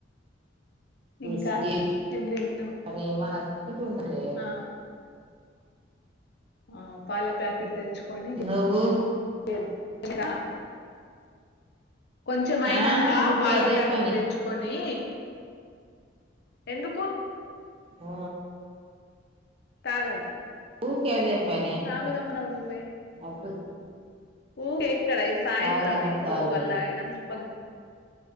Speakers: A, on the right; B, on the left.
A: బిస్కెట్
B: ఇంకా ఏం తిన్నావ్
A: అని ఎమనా బిస్ట్ంది రే
B: ఆ ఆ పాల ప్యాకెట్ తెచ్చుకొని
A: నువ్వు
B: ఎమెరా కొంచెం అయినంక
A: ఆ ఊకే
B: పాల
A: అదే
B: ప్యాకెట్
A: పని
B: తెచ్చుకొని ఎందుకు
A: ఉ
B: తాగనా
A: ఊకే అదే పని
B: తాగుదము అన్నావు నువ్వే
A: అద్దు
B: ఊ ఎక్కడ సాయంత్రం
A: తాగిన
B: అయింది
A: సాలేగిన
B: పొద్దుగుల్లా అయినా పొద్